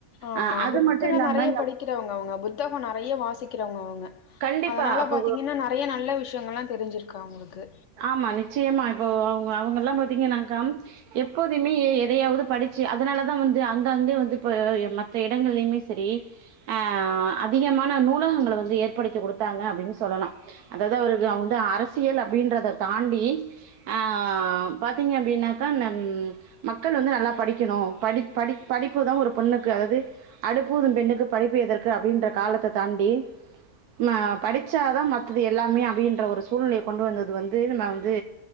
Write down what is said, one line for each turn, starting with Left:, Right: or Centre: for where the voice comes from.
Left: ஆம்மா
Right: ஆ அது
Left: புக்குல்லா
Right: மட்டு இல்லாம
Left: நெறைய படிக்கிறவங்க அவுங்க புத்தக நெறைய வாசிக்கிறவுங்க அவுங்க
Right: கண்டிப்பா
Left: அதனால
Right: அப்போ
Left: பாத்தீங்கன்னா நறைய நல்ல விஷயங்கள்லா தெரிஞ்சிர்க்கு அவுங்குள்க்கு
Right: ஆம்மா நிச்சயமா இப்போ அவுங்க அவுங்கல்லா பார்த்தீங்கன்னாக்க எப்போதுமே எ எதயாவது படிச்சு அதனாலதா வந்து அங்க அங்கெ வந்து ப்ப மத்த இடங்கள்லயுமே செரி அ அதிகமான நூலகங்களை வந்து ஏற் படித்தி குடுத்தாங்க அப்பிடின்னு சொல்லலா அதாவது அவருக்கு அவ வந்து அரசியல் அப்பிடின்றத தாண்டி ஆ பாத்தீங்க அப்பிடின்னாக்கா நம் மக்கள் வந்து நல்லா படிக்கணு படிப் படிப் படிப்பு தா ஒரு பொண்ணுக்கு அதாவது அடுப்பூதும் பெண்ணுக்கு படிப்பு எதற்கு அப்பிடின்ற காலத்த தாண்டி ம்ம படிச்சாதா மத்தது எல்லாமே அப்பிடின்ற ஒரு சூழ்நிலைய கொண்டு வந்தது வந்து நம்ம வந்து